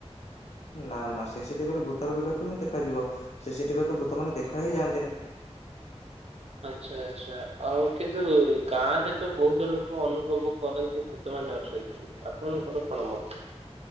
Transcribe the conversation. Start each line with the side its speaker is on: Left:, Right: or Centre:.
Left: ନା ନା ସିସି ଟିଭିରେ ଭୂତର ଭିଡିଓ କେମିତି ଦେଖାଯିବ ସିସି ଟିଭିରେ ତ ଭୂତମାନେ ଦେଖା ହିଁ ଯାଆନ୍ତିନି।
Right: ଆଚ୍ଛା ଆଚ୍ଛା ଆଉ କିନ୍ତୁ ଗାଁରେ ତ ବହୁତ ଲୋକ ଅନୁଭବ କରନ୍ତି ଭୂତମାନେ ଅଛନ୍ତି। ଆପଣଙ୍କର କଣ ମତ?